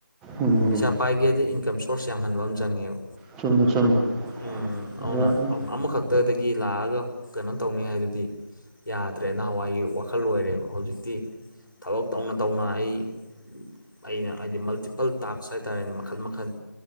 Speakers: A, in the centre; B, on the left (about 85°).
A: ꯎꯝ
B: ꯄꯩꯁꯥ ꯄꯥꯏꯒꯦꯗꯤ ꯏꯟꯀꯝ ꯁꯣꯔꯁ ꯌꯥꯝꯍꯟꯕ ꯑꯃ ꯆꯪꯉꯦꯕ
A: ꯆꯨꯝꯃꯦ ꯆꯨꯝꯃꯦ
B: ꯎꯝ ꯑꯗꯨꯅ
A: ꯎꯝ
B: ꯑ ꯑꯃꯈꯛ ꯇꯗꯒꯤ ꯂꯥꯛꯑꯒ ꯀꯩꯅꯣ ꯇꯧꯅꯤ ꯍꯥꯏꯗꯨꯗꯤ ꯌꯥꯗ꯭ꯔꯦ ꯅꯍꯥꯟꯋꯥꯏꯒꯤ ꯋꯥꯈꯜ ꯑꯣꯏꯔꯦꯕ ꯍꯧꯖꯤꯛ ꯇꯤ ꯊꯕꯛ ꯇꯧꯅ ꯇꯧꯅ ꯑꯩ ꯑꯩꯅ ꯍꯥꯏꯗꯤ ꯃꯜꯇꯤꯄꯜ ꯇꯥꯛꯁ ꯍꯥꯏꯇꯥꯔꯦꯅꯦ ꯃꯈꯜ ꯃꯈꯜ